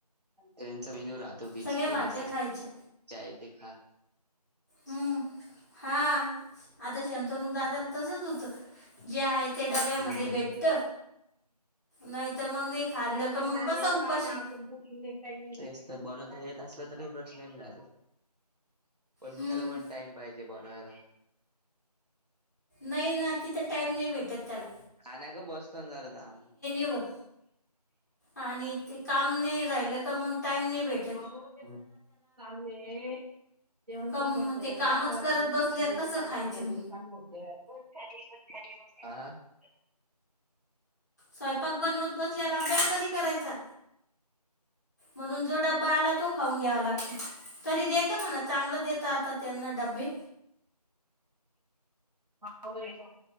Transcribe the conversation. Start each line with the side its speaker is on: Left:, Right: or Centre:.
Right: त्यांचा मेनू राहतो पिक्स
Left: सगळ्या
Right: पहिले
Left: भाज्या
Right: ज
Left: खायच्या
Right: य ते खा
Left: हुम हा आता शंतनू दादा तसच होतं जे आहे ते
Right: हम्म.
Left: डब्यामध्ये भेटत नाही तर मग नाही खाल्लं
Right: ही म्हणणार
Left: का मग बसा
Right: नेमका
Left: उपाशी
Right: आणि आपणु झोपली नाही तेच तर बनवता येत असल्या तर काही प्रश्न मिळात कोणं
Left: हम्म.
Right: त्यांयालां वनं टाईम पाहिजे बनवायलां
Left: नईनं तिथं टाईम नाहीं भेटतं त्यांला
Right: आनांयक बसंन जरतां
Left: होत आणि ते कामं नाहीं राहिलं कां मंग टाईम नाहीं भेटतं
Right: अं हो ते चालूं आहे जेवणं
Left: कम
Right: करं म्हणतं
Left: ते
Right: त्यांला
Left: कामच
Right: मलां
Left: करत
Right: म्हणजेयलां
Left: बसल्यावर कसं खायचं
Right: कायं बोलतोयं कोन खांली मंग खांली आ <unintelligible>
Left: स्वयंपाक बनवतं बसल्यांवर अभ्यांस कधी करायचां म्हणूंन जो डब्बां आलां तो खाऊंन घ्यांवा लागतो तरी देतां म्हणाते चांगलं देतां आतां त्यांनां डब्बे
Right: हां होय